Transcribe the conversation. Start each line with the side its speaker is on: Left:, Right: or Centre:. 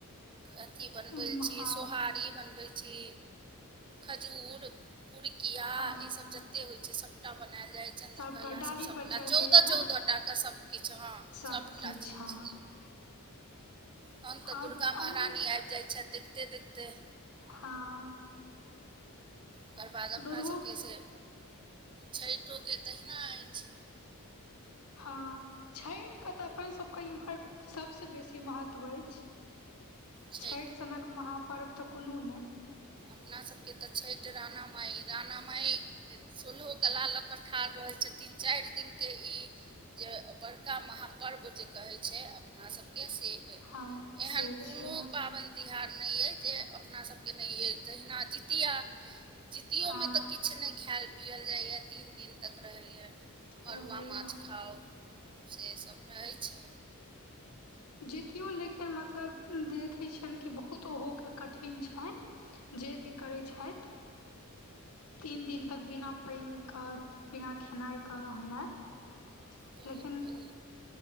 Right: अथि बनबै
Left: उम्म
Right: छी
Left: हँ
Right: सोहारी बनबै छी। खजूर, पिड़िकिया
Left: हँ
Right: ई सब जते होइ छै सभटा बनायल जाय छै चन्द्र
Left: सबटा
Right: कला
Left: डाली
Right: सभ सभटा
Left: पर चढ़ैया
Right: चौदह
Left: ने
Right: -चौदह टा क सभकिछु हँ
Left: सब
Right: सभटा
Left: किछ
Right: चीज।
Left: हँ
Right: हन तऽ
Left: हँ
Right: दुर्गा महारानी
Left: अनून
Right: आइब जाइ छै, देखते देखते।
Left: हाँ
Right: ओकर बाद अपना
Left: दुर्गो
Right: सबके अइ से छठियोके तहिना अइच।
Left: हाँ छइट के तऽ अपन सभके इम्हर सभसँ बेसी महत्व अइच।
Right: छठिके
Left: छैठ सनक महापर्व तऽ कोनो नै।
Right: अपना सबके तऽ छठि राना माइ राना माइ शोल्हो कला लऽ क ठाढ़ रहै छथिन चारि दिनके ई जे बड़का महापर्व जे कहै छै? अपना सबके से अइ,
Left: हँ से
Right: एहन कोनो
Left: छियै
Right: पाबन तिहार नहि अइ जे अपना सभके नहि अइ तहिना जतिया जीतियोमे
Left: हँ
Right: तऽ किछु नहि खायल पियल जाइया तीन दिन तक रहैए।
Left: रहैया
Right: मड़ुआ माछ खाउ, सेसभ रहै छै।
Left: जीतियो लेकिन मतलब देखैत छैन कि बहुत ओहोके कठिन छैन। जे भी करै छैठ, तीन दिन तक बिना पाइन क बिना खेनाइके रहनाइ
Right: बहुत
Left: लेकिन
Right: बहुत